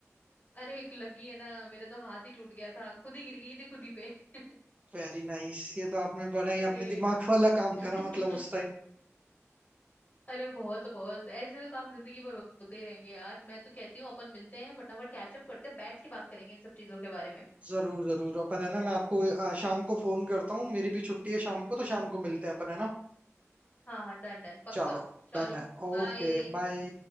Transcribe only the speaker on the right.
वेरी नाइस ये तो आपने बड़ा ही
अपने दिमाग वाला काम
करा मतलब उस टाइम
जरूर जरूर अपन है ना मैं आपको आ, शाम को फोन करता हूँ मेरी भी छुट्टी है शाम को तो शाम को मिलते हैं अपन है ना
चलो
डन है Okay
bye